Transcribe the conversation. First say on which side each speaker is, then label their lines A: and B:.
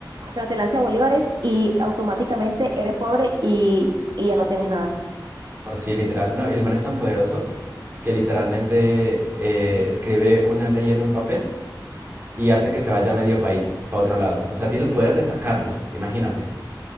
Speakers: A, on the right; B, on the right.
A: O sea, te lanza bolívares y automáticamente eres pobre y, y ya no tienes nada.
B: No, sí, literal. No, el man es tan poderoso que literalmente eh, escribe una ley en un papel y hace que se vaya medio país, para otro lado. O sea, tiene el poder de sacarlos, imagínate.